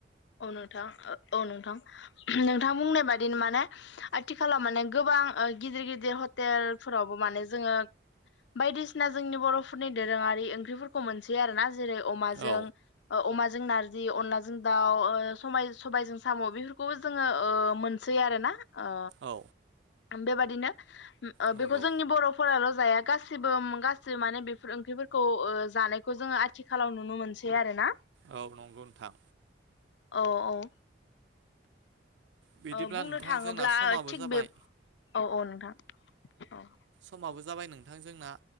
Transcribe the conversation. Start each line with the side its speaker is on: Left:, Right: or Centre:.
Left: औ नोंथां औ नोंथां नोंथां बुंनाय बादिनो माने आथिखालाव माने गोबां ओ गिदिर गिदिर हटेलफोरावबो माने जोङो बायदिसिना जोंनि बर'फोरनि दोरोङारि ओंख्रिफोरखौ मोनसै आरो ना जेरै अमाजों
Right: औ
Left: ओ अमा जों नारजि अनलाजों दा ओ समा सबाइजों साम' बेफोरखौबो जोङो ओ मोनसै आरो ना ओ
Right: औ
Left: बेबादिनो ओ
Right: नंगौ
Left: बेखौ जोंनि बर'फोराल' जाया गासैबो गासिबो माने बेफोर ओंख्रिफोरखौ ओ जानायखौ जोङो आथिखालाव नुनो मोनसै आरो ना
Right: औ नंगौ नोंथां
Left: औ औ
Right: बिदिब्ला
Left: औ बुंनो
Right: नोंथां
Left: थाङोब्ला
Right: जोंना समाबो
Left: थिग
Right: जाबाय
Left: बे औ औ नोंथां औ
Right: समाबो जाबाय नोंथां जोंना